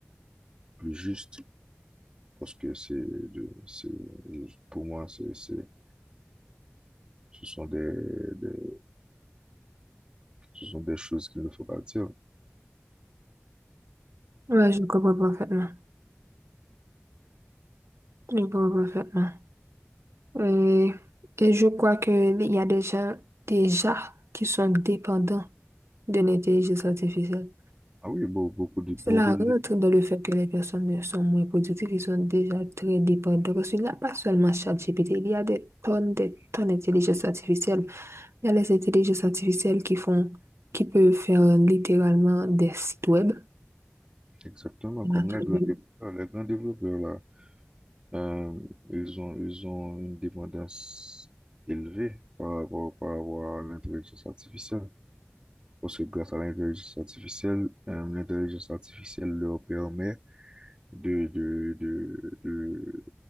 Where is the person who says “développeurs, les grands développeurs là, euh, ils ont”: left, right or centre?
Right